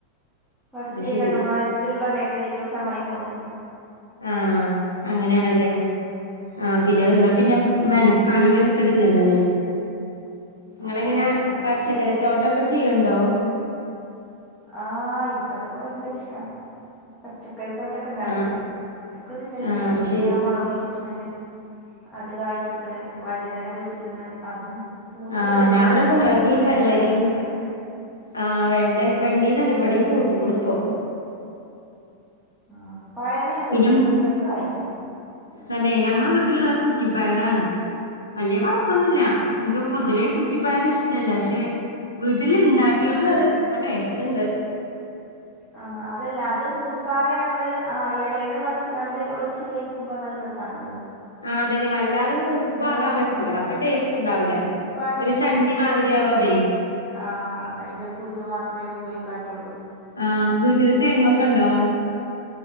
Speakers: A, in the centre; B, on the left.
A: കൊർച്ച്
B: അത് ശരി
A: രണ്ട്, മൂന്ന് നാലീസത്തിന്ള്ളെ ബേക്കറി ഐറ്റംസാട്ന്ന് വാങ്ങി പോന്ന്
B: ആഹ് അങ്ങനെയാണല്ലേ ആഹ് പിന്നെ എന്താ പിന്നെ
A: ആ,
B: മെന പണി മെനക്കട്ല്ലല്ലോല്ലേ ഇങ്ങളെങ്ങനാ
A: ആ, അതന്നെ
B: പച്ചക്കറിത്തോട്ടം
A: ചെയ്യല്
B: ഒക്കെ ചെയ്യ്ണ്ടോ?
A: ആഹ് ഇന്ക്ക് അതൊക്കെ ഭയങ്കര ഇഷ്ടാ പച്ചക്കറിത്തോട്ട ക്ക ഇണ്ടാക്ക്ണത്
B: ആഹ്
A: ഇതൊക്കൊര് ഇതല്ലേ
B: ആഹ് അത്
A: ഇപ്പ
B: ശരി
A: ഞാൻ മൊളക് കുഴിച്ചിട്ട്ണ് അത് കായിച്ച്ക്ക്ണ് വഴുതന കുഴിച്ച്ട്ട്ക്ക്ണ് അതും പൂത്ത്
B: ആഹ്
A: വെര്ണ്ട്
B: ഞാൻ ഇവിടെ കുമ്പളങ്ങിയും
A: വെണ്ട
B: വെള്ളരിയും
A: പൂത്ത്ക്ക്ണ്
B: ആഹ് വെണ്ട വെണ്ടീന്നന്നെ ഇവടീം
A: ആഹ്
B: പൂത്ത്ക്ക്ണ് ഇപ്പോ
A: ആഹ് പയർ ഞാൻ കുഴിച്ചിട്ട്
B: പിന്നെ
A: പക്ഷേ അഹ് കായിച്ചില്ല
B: തന്നെ ഞങ്ങളെ വീട്ടില്ള്ളെ കുറ്റിപ്പയറാണ് വല്ല്യ കൊഴ പ്പൊന്നുല്ല
A: ഏഹ്
B: ഇന്ക്ക് പൊതുവേ കുറ്റിപ്പയർ ഇഷ്ടല്ല പക്ഷേ വീട്ടില് ഇണ്ടാക്കിയോണ്ട്
A: ആഹ്
B: അഹ് ഇപ്പം ടേസ്റ്റ്ണ്ട്
A: ആഹ് അതല്ല അത് മൂക്കാതെ ഞമ്മള് ആഹ് എളേത് പറിച്ച്ക്കാണ്ട് ഒടിച്ച് കഴിക്കുമ്പോ നല്ല രസാണല്ലോ
B: ആഹ് അതന്നെ വല്ലാതെ മൂപ്പാകാൻ
A: മൂ
B: പറ്റൂല
A: ആ
B: അപ്പൊ ടേസ്റ്റ് ഇണ്ടാവൂല
A: മൂപ്പായ
B: ഒരു ചണ്ടി മാതിരിയാവും അത്
A: ആഹ് അയിന്റെ കുരു മാത്രേ ഉപയോഗിക്കാറ്റോള്ളു
B: ആഹ് വീട്ടില് തെങ്ങൊക്കണ്ടോ?